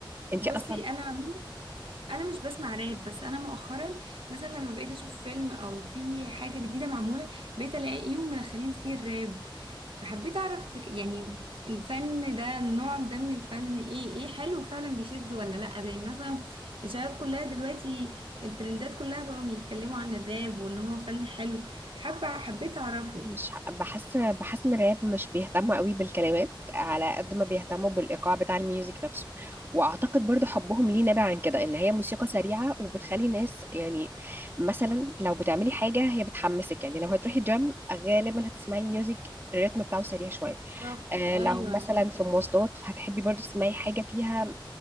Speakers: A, on the right; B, on the right.
A: انتي
B: بصي
A: اصلا
B: انا انا مش بسمع راب بس انا مؤخرا مثلا لما بقيت اشوف فيلم او في حاجه جديده معموله بقيت الاقيهم مدخلين فيه الراب فحبيت اعرف ك- يعني الفن ده النوع ده من الفن ايه ايه حلو فعلا بيشد ولا لا زي مثلا الشباب كلها دلوقتي الترندات كلها بقوا بيتكلموا عن الراب وان هو فن حلو حابه حبيت اعرفه
A: مش ح- بحس بحس ان الراب مش بيهتموا قوي بالكلمات على قد ما بيهتموا بالايقاع بتاع الميوزك نفسه واعتقد برضو حبهم ليه نابع عن كده ان هي موسيقى سريعه وبتخلي ناس يعني مثلا لو بتعملي حاجه هي بتحمسك يعني لو هتروحي جيم غالبا هتسمعي ميوزك الريتم بتاعه سريع شويه
B: بالظبط
A: آه
B: ايوه
A: لو مثلا في مواصلات هتحبي برضو تسمعي حاجه فيها